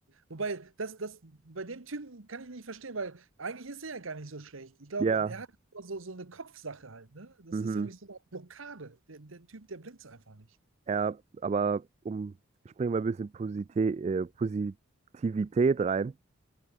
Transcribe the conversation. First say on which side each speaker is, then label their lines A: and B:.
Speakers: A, on the right; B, on the right.
A: wobei, das, das, bei dem Typen kann ich nicht verstehen, weil eigentlich ist er ja gar nicht so schlecht. Ich glaube,
B: ja,
A: er hat so, so eine Kopfsache halt, ne? Das
B: mhm,
A: ist irgendwie so eine Blockade. Der, der Typ, der blinkt einfach nicht.
B: ja, aber um, ich bringe mal ein bisschen Posite- äh, Positivität rein.